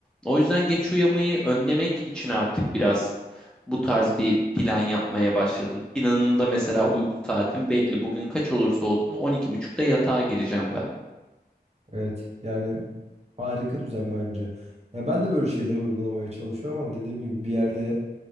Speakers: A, in the centre; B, on the right.
A: O yüzden geç uyamayı önlemek için artık biraz bu tarz bir plan yapmaya başladım. Planımda mesela uyku saatim belli. Bugün kaç olursa olsun 12.30'da yatağa gireceğim ben.
B: Evet. Yani harika düzen bence. Ya ben de böyle şeyleri uygulamaya çalışıyorum ama dediğim gibi bir yerde